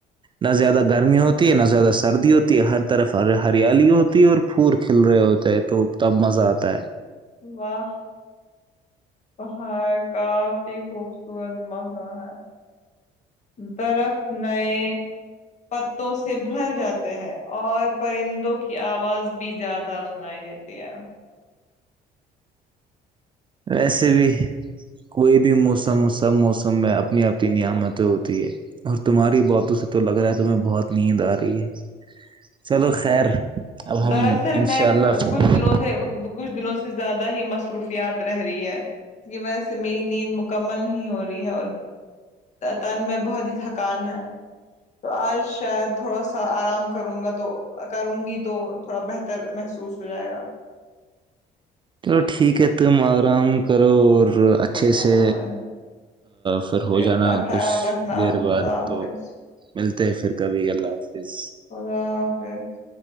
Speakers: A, on the right (about 30°); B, on the left (about 45°).
A: نہ زیادہ گرمی ہوتی ہے نہ زیادہ سردی ہوتی ہے ہر طرف ہریالی ہوتی ہے اور پھور کھل رہے ہوتے ہیں تو تب مزہ آتا ہے
B: واہ پہاڑ کافی خوبصورت موسم ہے درخت نئے پتوں سے بھر جاتے ہیں اور پرندوں کی آواز بھی زیادہ سناائی دیتی ہے
A: ویسے بھی کوئی بھی موسم سب موسم میں اپنی اپنی نعمتیں ہوتی ہے اور تمہاری باتوں سے تو لگ رہا ہے تمہیں بہت نیند آ رہی ہے چلو خیر اب ہم
B: دراصل
A: انشاء
B: میں
A: اللہ چلو
B: کچھ دنوں سے کچھ دنوں سے سے زیادہ ہی مصروفیات رہ رہی ہے کی وجہ سے میری نیند مکمل نہیں ہو رہی ہے اور تن میں بہت ہی تھکان ہے تو آج شاید تھوڑا سا آرام کروں گا تو کروں گی تو تھوڑا بہتر محسوس ہو جائے گا
A: چلو ٹھیک ہے تم آرام کرو اور اچھ اچھے
B: ہاں
A: سے پھر ہو
B: اپنا
A: جانا
B: خیال
A: کچھ
B: رکھنا
A: دیر بعد
B: خدا حافظ
A: تو ملتے ہیں پھر کبھی اللہ حافظ
B: اضا حفظ